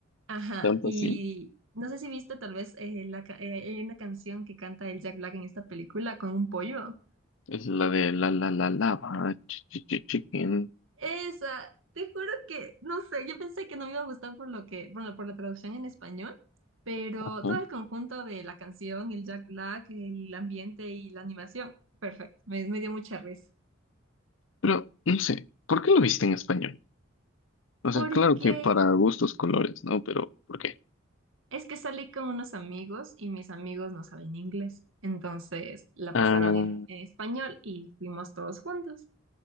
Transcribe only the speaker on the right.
Ajá,
y
no sé si viste tal vez eh, la, ca- eh, hay una canción que canta el Jack Black en esta película con un pollo.
Esa, te juro que, no sé, yo pensé que no me iba a gustar por lo que, bueno, por la traducción en español, pero
todo el conjunto de la canción, el Jack Black, el ambiente y la animación, perfecto, me, me dio mucha risa.
Porque
es que salí con unos amigos y mis amigos no saben inglés, entonces la
pasaron en en español y fuimos todos juntos.